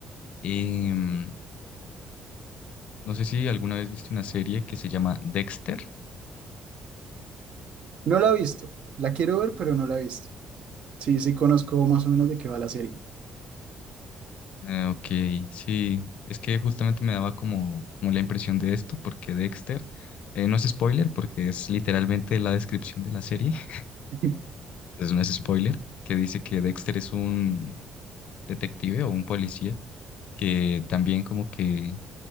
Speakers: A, on the left; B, on the right.
A: Em, No sé si alguna vez viste una serie que se llama Dexter.
B: No la he visto. La quiero ver, pero no la he visto. Sí, sí conozco más o menos de qué va la serie.
A: Ah, ok, sí, es que justamente me daba como, como la impresión de esto, porque Dexter, eh, no es spoiler, porque es literalmente la descripción de la serie, <laughs>
B: <laughs>
A: entonces no es spoiler, que dice que Dexter es un detective o un policía que también como que